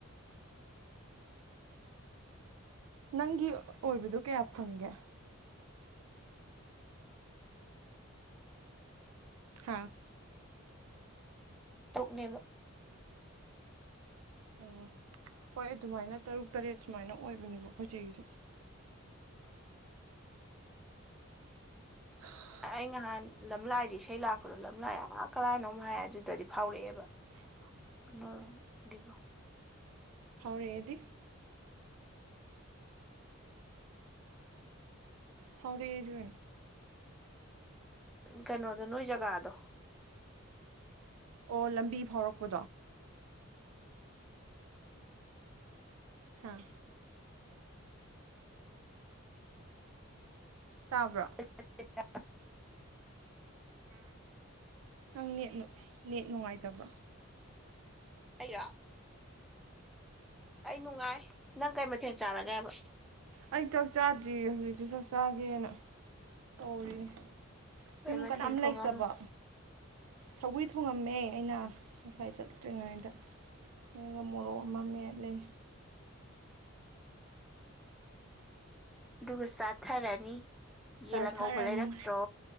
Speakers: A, on the right; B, in the centre.
A: ꯅꯪꯒꯤ ꯑꯣꯏꯕꯗꯣ ꯀꯌꯥ ꯐꯪꯒꯦ ꯍꯥꯥ
B: ꯇꯔꯨꯛꯅꯦꯕ
A: ꯑꯣ ꯍꯣꯏ ꯑꯗꯨꯃꯥꯏꯅ ꯇꯔꯨꯛ ꯇꯔꯦꯠ ꯁꯨꯃꯥꯏꯅ ꯑꯣꯏꯕꯅꯦꯕ ꯑꯩꯈꯣꯏ ꯆꯦꯒꯤꯁꯨ <inaudible>
B: ꯑꯩ ꯅꯍꯥꯟ ꯂꯝꯂꯥꯏꯗꯤ ꯏꯁꯩ ꯂꯥꯛꯄꯗꯣ ꯂꯝꯂꯥꯏ ꯑ ꯀꯔꯥꯏꯅꯣꯝ ꯍꯥꯏ ꯑꯗꯨꯗꯗꯤ ꯐꯥꯎꯔꯛꯑꯦꯕ
A: ꯍ
B: ꯃꯔ ꯕꯁ
A: ꯐꯥꯎꯔꯛꯑꯦꯗꯤ ꯐꯥꯎꯔꯌꯦ ꯑꯗꯨ
B: ꯀꯩꯅꯣꯗꯣ ꯅꯣꯏ ꯖꯒꯥꯗꯣ
A: ꯑꯣ ꯂꯝꯕꯤ ꯐꯥꯎꯔꯛꯄꯗꯣ ꯑ ꯇꯥꯕ꯭ꯔꯣ
B: <inaudible>
A: ꯅꯪ ꯅꯦꯠ ꯅꯨ ꯅꯦꯠ ꯅꯨꯡꯉꯥꯏꯇꯕ꯭ꯔꯣ
B: ꯑꯩꯔꯣ ꯑꯩ ꯅꯨꯡꯉꯥꯏ ꯅꯪ ꯀꯩ ꯃꯊꯦꯜ ꯆꯥꯔꯒꯦ ꯍꯥꯏꯕ
A: ꯑꯩ ꯆꯥꯛ ꯆꯥꯗ꯭ꯔꯤꯌꯦ ꯍꯧꯖꯤꯛꯁꯨ ꯆꯥꯛ ꯆꯥꯒꯦꯅ ꯇꯧꯔꯤꯅꯦ
B: ꯀꯩ
A: ꯌꯨꯝ
B: ꯃꯊꯦꯜ
A: ꯀꯅꯥꯝ
B: ꯊꯣꯡꯉꯝꯃꯣ
A: ꯂꯩꯇꯕ ꯁꯧꯒ꯭ꯔꯤ ꯊꯣꯡꯉꯝꯃꯦ ꯑꯩꯅ ꯉꯁꯥꯏ ꯆꯠꯇ꯭ꯔꯤꯉꯩꯗ ꯑꯗꯨꯒ ꯃꯣꯔꯣꯛ ꯑꯃ ꯃꯦꯠꯂꯤ
B: ꯑꯗꯨꯒ ꯆꯥꯊꯔꯅꯤ ꯌꯦꯟ
A: ꯆꯥꯊꯔꯅꯤ
B: ꯑꯉꯧꯕ ꯂꯩꯔꯛꯇ꯭ꯔꯣ